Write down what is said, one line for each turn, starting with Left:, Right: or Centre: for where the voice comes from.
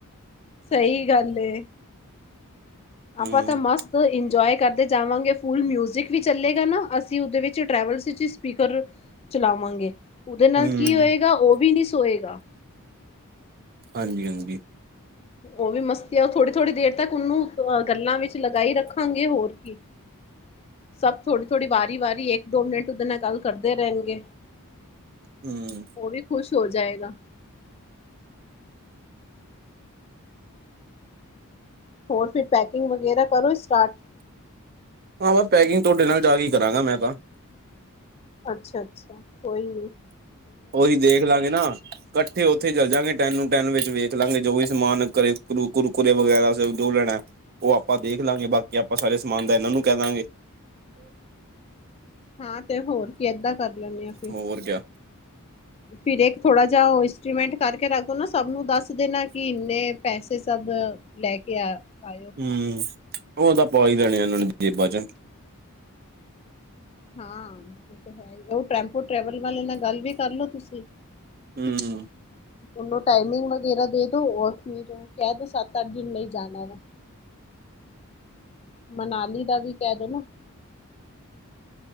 Left: ਸਹੀ ਗੱਲ ਏ। ਆਪਾਂ
Right: ਹੂੰ
Left: ਤਾਂ ਮਸਤ ਇੰਜੋਏ ਕਰਦੇ ਜਾਵਾਂਗੇ ਫੁਲ ਮਿਊਜਿਕ ਵੀ ਚੱਲੇਗਾ ਨਾ, ਅਸੀਂ ਉਹਦੇ ਵਿੱਚ ਟ੍ਰੈਵਲਸ ਵਿੱਚ ਸਪੀਕਰ ਚਲਾਵਾਂਗੇ, ਉਹਦੇ ਨਾਲ
Right: ਹੂੰ
Left: ਕੀ ਹੋਏਗਾ, ਉਹ ਵੀ ਨੀ ਸੋਏਗਾ।
Right: ਹਾਂਜੀ -ਹਾਂਜੀ।
Left: ਉਹ ਵੀ ਮਸਤੀ ਆ, ਉਹ ਥੋੜੀ -ਥੋੜ੍ਹੀ ਦੇਰ ਤੱਕ ਉਹਨੂੰ ਅ ਗੱਲਾਂ ਵਿੱਚ ਲਗਾਈ ਰੱਖਾਂਗੇ, ਹੋਰ ਕੀ। <inaudible> ਸਭ ਥੋੜ੍ਹੀ- ਥੋੜ੍ਹੀ, ਵਾਰੀ -ਵਾਰੀ ਇੱਕ- ਦੋ ਮਿੰਟ ਉਹਦੇ ਨਾਲ ਗੱਲ ਕਰਦੇ ਰਹਿਣਗੇ।
Right: ਹੂੰ।
Left: ਉਹ ਵੀ ਖੁਸ਼ ਹੋ ਜਾਏਗਾ। ਹੋਰ ਫਿਰ ਪੈਕਿੰਗ ਵਗੈਰਾ ਕਰੋ ਸਟਾਰਟ।
Right: ਹਾਂ ਬਸ ਪੈਕਿੰਗ ਤੁਹਾਡੇ ਨਾਲ ਜਾ ਕੇ ਕਰਾਂਗਾ ਮੈਂ ਤਾਂ।
Left: ਅੱਛਾ- ਅੱਛਾ ਕੋਈ ਨਹੀਂ।
Right: ਉਹੀ ਦੇਖ ਲਾਂਗੇ ਨਾ। ਕੱਠੇ ਉਥੇ ਚਲ ਜਾਂ ਗੇ ਟੈਨ ਨੂੰ ਟੈਂਨ ਵਿੱਚ ਵੇਖ ਲਾਂਗੇ, ਜੋ ਵੀ ਸਮਾਨ ਘਰੇ ਕਰੇੂ ਕੁਰਕੁਰੇ ਵਗੈਰਾ ਜੋ ਲੈਣਾ ਉਹ ਆਪਾਂ ਦੇਖ ਲਾਂਗੇ ਬਾਕੀ ਆਪਾਂ ਸਾਰੇ ਸਮਾਨ ਦਾ ਇਹਨਾਂ ਨੂੰ ਕਹਿ ਦਵਾਂਗੇ।
Left: ਹਾਂ ਤੇ ਹੋਰ ਕੀ ਏਦਾਂ ਕਰ ਲੈਂਦੇ ਆ। ਫਿਰ
Right: ਹੋਰ ਕਿਆ।
Left: ਫਿਰ ਇੱਕ ਥੋੜਾ ਜਿਹਾ ਉਹ ਇੰਸਟਮੈਂਟ ਕਰਕੇ ਰੱਖਦੋ ਨਾ ਸਭ ਨੂੰ ਦੱਸ ਦੇਣਾ ਕਿ ਇੰਨੇ ਪੈਸੇ ਸਭ ਲੈ ਕੇ ਆ ਆਇਓ
Right: ਹੂੰ, ਉਹ ਤਾਂ ਪਾ ਹੀ ਲੈਣੇ ਇਹਨਾਂ ਨੇ ਜੇਬਾਂ 'ਚ
Left: ਹਾਂ, ਉਹ ਤੇ ਹੈ, ਉਹ ਟੈਂਪੂ ਟਰੈਵਲ ਵਾਲੇ ਨਾਲ ਗੱਲ ਵੀ ਕਰਲੋ ਤੁਸੀਂ।
Right: ਹੂੰ -ਹੂੰ
Left: ਉਹਨੂੰ ਟਾਈਮਿੰਗ ਵਗੈਰਾ ਦੇ ਦੋ ਔਰ ਫਿਰ ਕਹਿ ਦੋ ਸੱਤ -ਅੱਠ ਦਿਨ ਲਈ ਜਾਣਾ ਮੈਂ। ਮਨਾਲੀ ਦਾ ਵੀ ਕਹਿ ਦੇਣਾ।